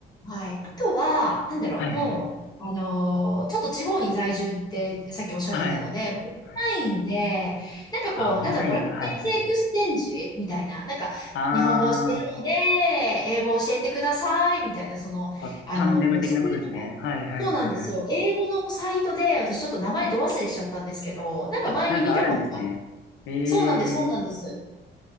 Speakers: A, on the left (about 20°); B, on the left (about 80°).
A: はい。あとは、なんだろう、
B: はいはいはい。
A: もう、あのーちょっと地方に在住ってさっきおっしゃってたので、
B: はい。
A: オンラインで、
B: はい
A: なんかこう、
B: あ、オンラインか。
A: なんだろう、ラテン系エクスチェンジみたいな、
B: はいはいはい。
A: なんか、
B: ああ。
A: 日本語を教えるので、英語を教えてください、みたいな、その、
B: こう、
A: あのーそういうのが、
B: タンデム的なことですね。はいはいはいはい。
A: そうなんですよ。英語のサイトで、私ちょっと名前ど忘れしちゃったんですけど、なんか前に見たことが、
B: あ、なんかあるんですね。ええ
A: そうなんです、そうなんです。